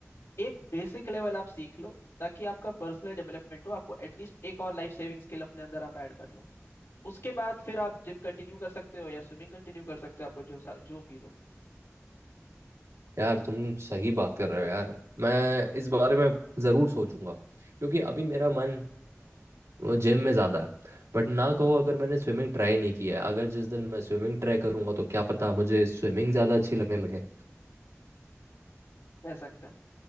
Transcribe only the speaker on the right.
यार तुम सही बात कर रहे हो यार मैं इस बारे में ज़रूर सोचूंगा क्योंकि अभी मेरा मन जिम में ज़्यादा है बट ना कहो अगर मैंने स्विमिंग ट्राई नहीं किया है अगर जिस दिन मैं स्विमिंग ट्राई करूंगा तो क्या पता मुझे स्विमिंग ज़्यादा अच्छी लगने लगे